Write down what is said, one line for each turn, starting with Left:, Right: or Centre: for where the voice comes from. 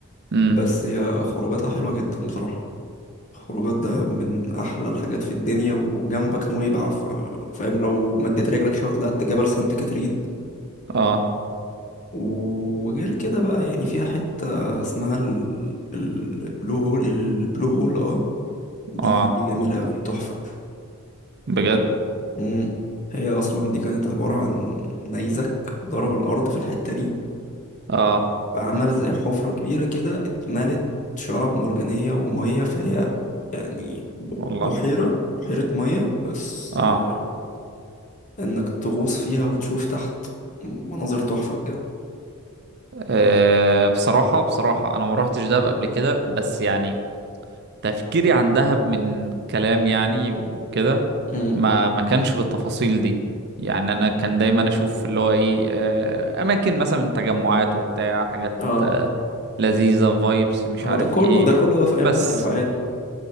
Right: امم
Left: بس هي خروجاتها حلوة جدا بصراحة خروجات ده من احلى الحاجات في الدنيا و- وجنبك نويبع ف- فاهم لو مديت رجلك شوية طلعت جبل سانت كاترين
Right: اه
Left: وغير كده بقى يعني فيها حتة اسمها ال- ال- البلو هول البلو هول اه دي
Right: اه
Left: دي جميلة قوي تحفة
Right: بجد
Left: مم. هي اصلا دي كانت عبارة عن نيزك ضرب الارض في الحتة دي
Right: اه
Left: فعمل زي حفرة كبيرة كده اتملت شعاب مرجانية ومية فهي يعني ب-
Right: والله
Left: بحيرة بحيرة مية بس
Right: اه
Left: آه، انك تغوص فيها وتشوف تحت مناظر تحفة بجد
Right: آه، بصراحة بصراحة انا ما روحتش دهب قبل كده بس يعني تفكيري عن دهب من كلام يعني وكده
Left: امم
Right: ما ما كانش بالتفاصيل دي يعني انا كان دايما اشوف اللي هو ايه آه، اماكن مثلا تجمعات وبتاع حاجات
Left: اه
Right: آه، لذيذة فايبس مش
Left: هو
Right: عارف
Left: ده كله
Right: ايه
Left: ده كله في اي
Right: بس
Left: مصيف عادي